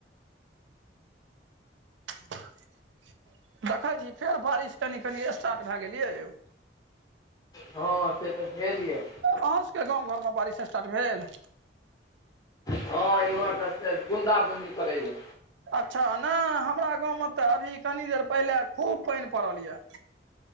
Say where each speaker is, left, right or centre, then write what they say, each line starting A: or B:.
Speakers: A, on the right; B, on the left.
A: <unintelligible> देखैय छी फेर बारिश कनि कनि स्टार्ट भए गेलियै यौ।
B: हँ से तऽ भेल या।
A: अहु सबके गाम घरमे बारिश स्टार्ट भेल।
B: हँ इम्हर त से बुंदा बूंदी पड़ैया।
A: अच्छा नहि हमरा गाँवमे तऽ अभी कनि देर पहिले खूब पानि पड़ल या।